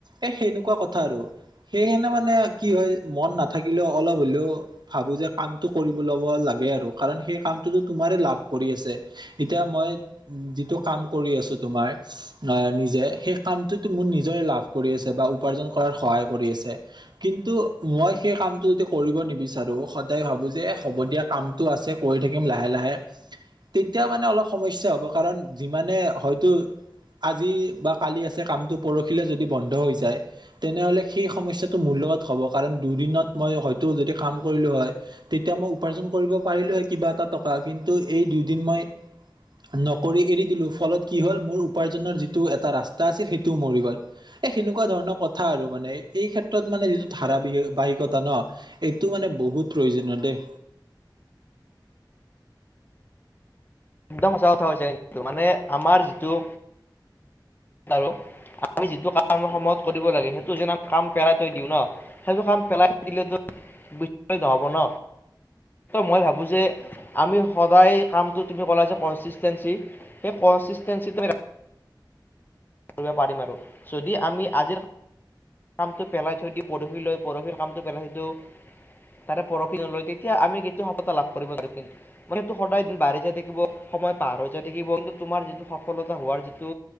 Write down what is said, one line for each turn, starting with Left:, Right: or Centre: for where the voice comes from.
Right: এ সেনেকুৱা কথা আৰু সেইকাৰনেে মানে কি হয় মন নাথাকিলেও অলপ হলেও ভাবো যে কামতটো কৰিব ল'ব লাগে আৰু কাৰ সেই কামতো তুম লাভ কৰি আছে এতিয়া মই যিটো কাম কৰি আছো তোমাৰ আহ নিজে সেই কামটোতো মোৰ নিজৰে লাভ কৰি আছে বা উপাৰ্জন কৰাত সহায় কৰি আছে কিন্তু মই সেই কামটো য কৰিব নিবিচাৰো সদায় ভাবো যে হ'ব দিয়া কামটো আছে কৰি থাকিম লাহে লাহে তেতিয়া মানে অলপ সমস্যা হ'ব কাৰণ যিমানে হয়তো। আজি বা কালি আছে কামটো পৰখিলে যদি বন্ধ হৈ যায় তেনেহ'লে সেই সমস্যাটো <unintelligible> পাৰিলো হয়ে কিবা এটা টকা কিন্তু এই দুই দিন মই নক এৰি দিলো ফলত কি হল ম উপাৰ্জনৰ যিটো এটা ৰাস্তা আছিল সেইটোও মৰি গ'ল। এ সেনেকুৱা ধৰণৰ কথা আৰু মানে এই ক্ষেত্ৰত মানে যিটো ধাৰাবহ বাহিকতা ন এইটো মানে বহুত প্ৰয়োজন দেই।
Left: একদম সঁচা কথা হৈছে কিন্ত মানে আমাৰ যিটো আৰু আমি যিটো কামি সময়ত কৰিব লাগে সেইটো যেনি কাম পেলাই থৈ দিওঁ ন সেইটো কাম পেলাই দিলেতো নহব ন মই ভাবো যে আমি সদায় কামটো তুমি ক'লা যে কনচিষ্টেঞ্চি সেই কনচিষ্টেঞ্চি তুমি কৰিব পাৰি মাৰোঁ যদি আমি আজিৰ কামটো পেলাই থৈ দি পৰহি লৈ পৰহিৰ কামটো পেলাই থৈ দিওঁ তাৰে পৰহি নলয় তেতিয়া আমি কেতিয়া সপতা লাভ কৰিবোৱাৰ কিন্তু মান সেইটো সদায় বাঢ়ি যাই থাকিব। সময় পাৰ হৈ যনেকি বু তোমাৰ যিটো সফলতা হোৱাৰ যিটো